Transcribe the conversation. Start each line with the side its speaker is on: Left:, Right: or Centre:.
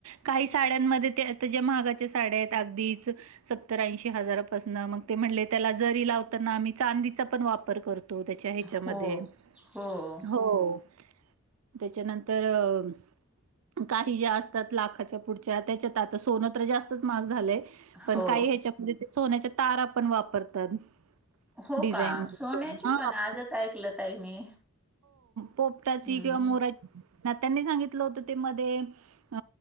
Right: काही साड्यांमध्ये, त्यात आता ज्या महागाच्या साड्या येत, अगदीच सत्तर- ऐंशी हजारापासन, म ते म्हणले, त्याला जरी लावताना, आम्ही चांदीचा पण वापर कर तो त्याच्या ह्याच्यामध्ये,
Centre: हो हो
Right: हो. त्याच्यानंतर अ काही ज्या असतात, लाखाच्या पुढच्या, त्याच्यात आता सोनत जास्तच महाग झालय. पण
Centre: हो
Right: काही ह्याच्यामध्ये, ते सोन्याच्या तारा पण वापरतात.
Centre: हो
Right: डिझाईन
Centre: का
Right: म
Centre: सोन्याची
Right: हो
Centre: पण आजच ऐकलं ताई मी
Right: पोपटाची
Centre: हम्म
Right: किंवा मोरा ना त्यांनी सांगितलं होतं, ते मध्ये अ